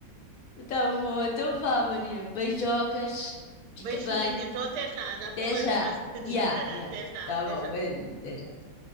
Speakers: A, on the left; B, on the right.
A: tá bom, então vá, Maria. Beijocas, fica
B: Beijinho,
A: bem.
B: então até já, já
A: Até
B: falamos
A: já.
B: mais um bocadinho.
A: Ya,
B: <laughs>
A: ya.
B: Até já,
A: Tá
B: até
A: bom,
B: já.
A: beijinho, até já.